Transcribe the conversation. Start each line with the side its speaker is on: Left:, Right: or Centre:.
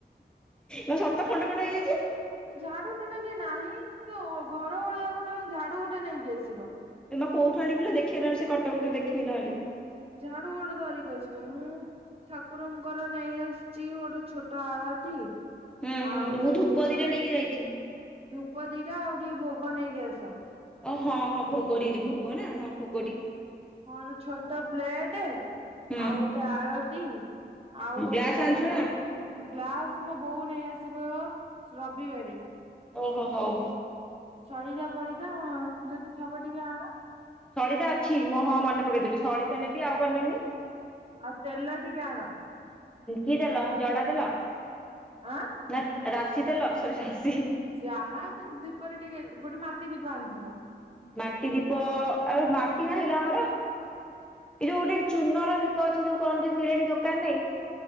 Centre: ନା ସତ ଖଣ୍ଡ ଖଣ୍ଡ ହେଇଯାଇଛି?
Right: ଝାଡୁ ଟୋଟାଲି ନାହିଁ କୋଉ ଘର ଓଳିଆକୁ ନାହିଁ ଝାଡୁ ଗୋଟେ ନେଇକି ଆସିବ।
Centre: ଏ ମା କୋଉଠୁ ଆଣିବି ଲୋ ଦେଖିଆ ନହଲେ ସେ କଟକ ଦେଖିବି ନହଲେ।
Right: ଝାଡୁ ଗୋଟେ ଧାରିକି ଆସିବ ମୁଁ ଠାକୁରଙ୍କର ନେଇ ଆସିଛି ଗୋଟେ ଛୋଟ ଆଳଟି
Centre: ହୁଁ ହୁଁ
Right: ଆଉ
Centre: ମୁଁ ଧୂପ
Right: ଗୋ
Centre: ଦିଟା ନେଇକି ଯାଇଛି।
Right: ଧୂପ ଦିଟା ଆଉ ଟିକେ ଭୋଗ ନେଇକି ଆସ।
Centre: ଓ ହଁ ହଁ ଭୋଗ ଭୋଗ ନା ହଁ ଭୋ
Right: ମୋର ଛୋଟ ପ୍ଲେଟ
Centre: ହୁଁ
Right: ଆଉ ଗୋଟେ ଆଳତି ଆଉ ଗୋଟେ
Centre: ଗ୍ଲାସ ଆଣିଛୁ ନା?
Right: ଗ୍ଲାସ ମୋ ବୋଉ ନେଇ ଆସିବ ରବିବାରେ।
Centre: ଓହୋ ହଉ।
Right: ସଳିତା ଫଳିତା ଯଦି ଥବ ଟିକେ ଆଣ।
Centre: ସଳିିତା ଅଛି ମଁ ହଁ ମନେ ପକେଇଥିଲୁ ସଳତା ନେବି ଆଉ କଣ ନେବି?
Right: ଆଉ ତେଲ ଟିକେ ଆଣ।
Centre: କି ତେଲ ଜଡା ତେଲ?
Right: ଆଁ?
Centre: ନା ରାଶି ତେଲ ସରି ରାଶି।
Right: ଯାହା କି ଦୀପରେ ଟିକେ ଗୋଟେ ମାଟି ଦୀପ ଆଣଥିବ।
Centre: ମାଟି ଦୀପ ଆଉ ମାଟି ନାହିଁ ଲୋ ଆମର। ଏଇ ଯୋଉ ଗୋଟେ ଚୂନର ଦୀପ ଅଛି ଯୋଉ କହନ୍ତି ଯଉ ମିଳେଳିି ଦୋକାନରେ